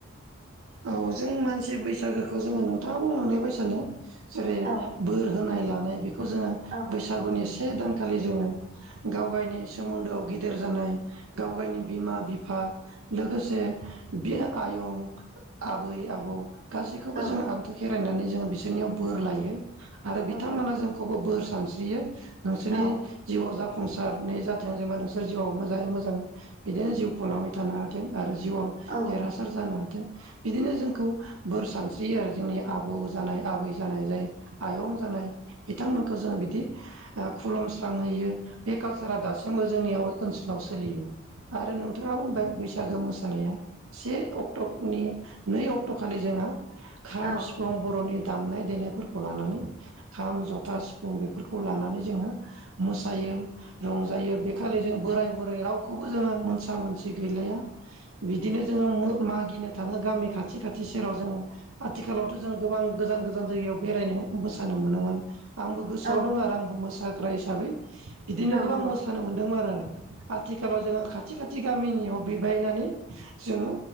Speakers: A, on the right; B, on the right.
A: औ जों मानसि बैसागोखौ जोङो नोंथाङा बुंलांनाय बायसानो जेरै
B: औ
A: बोर होनाय लानाय बेखौ जोङो
B: औ
A: बैसागुनि से दानखालि जोङो गाव गायनि सोमोन्दोआव गेदेर जानाय गाव गायनि बिमा बिफा आ लोगोसे बे आयं आबै आबौ गासैखौबो
B: औ
A: जोङो आन्थु खेरायनानै जोङो बिसोरनियाव बोर लायो। आरो बिथांमोना
B: औ
A: जोंखौबो बोर सानस्रियो नोंसोरनि
B: औ
A: जिउआव जा फंसारने जाथों। जेनबा नोंसोर जिउआव मोजाङै मोजां बिदिनो जिउ खुंलांबाय थानो हाथों। आरो जिउआव
B: औ
A: देरहासार जानो हाथों बिदिनो जोंखौ बोर सानस्रियो आरो जोंनि आबौ जानाय आबै जानाय जाय आयं जानाय बिथांमोनखौ जोंङो बिदि ओ खुलुमस्राङै बेयो बे कालसारा दासिमबो जोंनियाव ओनसोलाव सोलियो। आरो नोंथाङा बुंबाय बैसागो मोसानाया से अक्ट'नि नै अक्ट' खालि जोंहा खाम
B: औ
A: सिफुं बर'नि दामनाय देनायफोरखौ लानानै खाम, जथा, सिफुं बेफोरखौ लानानै जोङो मोसायो। रंजायो। बेखालि जों बोराय बुरै रावखौबो जोङो मोनसा मोनसि गैलाया बिदिनो जोङो मो मागिनो थाङो गामि खाथि खाथ थि सेराव जों। आथिखालावथ' जों गोबां गोजान गोजान जायगायाव बेरायनो मोसानो मोनोमोन आं बो गोसोआव
B: औ
A: दङ आरो। आंबो मोसाग्रा हिसाबै बिदिनो
B: औ
A: गोबां
B: नंगौ
A: मोसानो मोन्दों मारो। आथिखालाव जोङो खाथि खाथि गामिनियाव बिबायनानै जोङो